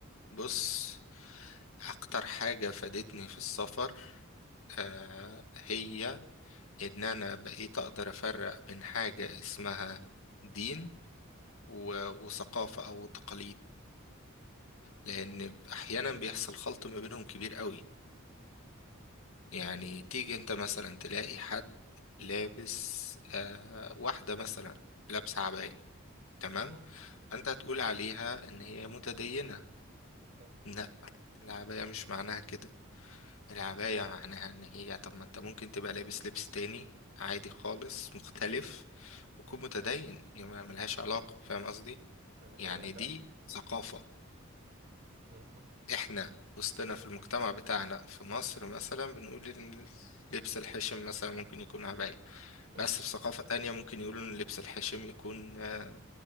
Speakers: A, on the left; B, on the right.
A: بص اكتر حاجة فادتني في السفر آه هي ان انا بقيت اقدر افرق بين حاجة اسمها دين و- وثقافة او تقاليد لان احيانا بيحصل خلط ما بينهم كبير قوي يعني تيجي انت مثلا تلاقي حد لابس آه واحدة مثلا لابسة عباية تمام
B: مم.
A: انت هتقول عليها ان هي متدينة
B: مم.
A: لا العباية مش معناها كده العباية معناها ان هي طب ما انت ممكن تبقى لابس لبس تاني عادي خالص مختلف وتكون
B: مم.
A: متدين هي ما ملهاش علاقة فاهم قصدي
B: ده حقيقة
A: يعني
B: فعلا
A: دي ثقافة
B: مم. مم.
A: احنا وسطنا في المجتمع بتاعنا في مصر مثلا بنقول إن لبس الحشم مثلا ممكن يكون عباية
B: مم.
A: بس في ثقافة تانية ممكن يقولوا إن اللبس الحشيم يكون آه،